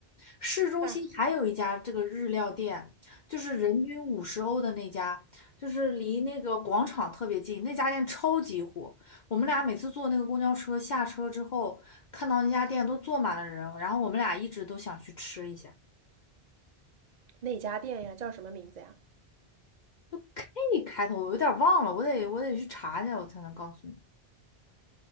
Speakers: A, on the left (about 50°); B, on the right (about 45°).
A: 市中心还有一家这个日料店，
B: 但
A: 就是人均五十欧的那家，就是离那个广场特别近，那家店超级火。我们俩每次坐那个公交车下车之后，看到那家店都坐满了人，然后我们俩一直都想去吃一下。
B: 哪家店呀？叫什么名字呀？
A: 就 K 开头，我有点忘了，我得我得去查一下，我才能告诉你。